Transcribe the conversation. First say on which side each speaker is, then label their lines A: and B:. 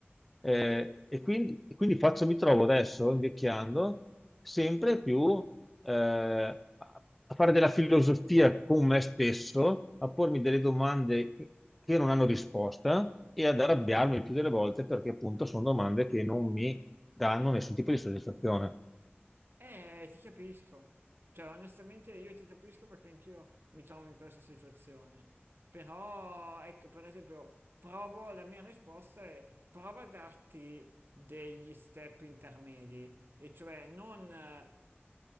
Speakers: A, in the centre; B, on the right.
A: Eh,
B: Sì, sì,
A: e quindi, e quindi faccio, mi trovo adesso invecchiando sempre più eh, a a fare della filosofia con me stesso, a pormi delle domande che non hanno risposta e ad arrabbiarmi il più delle volte perché appunto sono domande che non mi danno nessun tipo di soddisfazione.
B: eh, ti capisco. Cioè, onestamente io ti capisco perché anch'io mi trovo in questa situazione. Però, ecco, per esempio, provo, la mia risposta è prova a darti degli step intermedi, e cioè non eh,